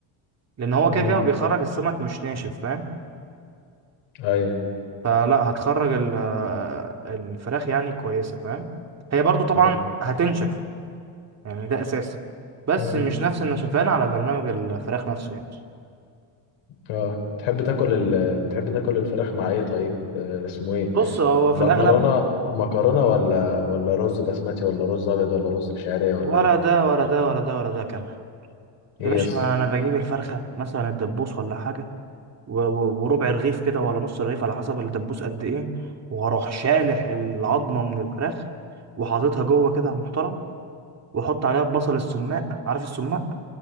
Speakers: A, on the right; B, on the left.
A: لأن هو كده
B: امم
A: كده بيخرج السمك مش ناشف فاهم
B: ايوه
A: فلا هتخرج ال... الفراخ يعني كويسة فاهم هي برضو طبعا
B: ايوه
A: هتنشف يعني ده أساسي بس
B: امم
A: مش نفس النشفان على برنامج الفراخ نفسه يعني
B: اه تحب تاكل ال... بتحب تاكل الفراخ مع ايه طيب آه، اسمه ايه
A: بص هو
B: مكرونه
A: في الأغلب
B: مكرونه ولا ولا رز بسمتي ولا رز ابيض ولا رز بشعريه ولا
A: ولا
B: ايه
A: ده ولا ده ولا ده ولا ده كمان
B: ايه
A: يا باشا
B: يس
A: أنا بجيب الفرخة مثلا الدبوس ولا حاجة و- و- وربع رغيف كده ولا نص رغيف على حسب الدبوس قد ايه وهروح شالح العظمه من الفراخ وحاططها جوه كده محترم واحط عليها البصل السماق عارف السماق